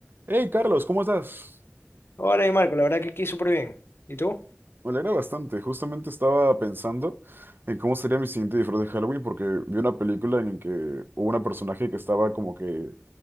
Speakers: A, on the right (about 45°); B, on the left (about 50°).
A: Hey Carlos, ¿cómo estás?
B: Hola, y Marco, la verdad que aquí súper bien. ¿Y tú?
A: Me alegra bastante. Justamente estaba pensando en cómo sería mi siguiente disfraz de Halloween porque vi una película en que hubo una personaje que estaba como que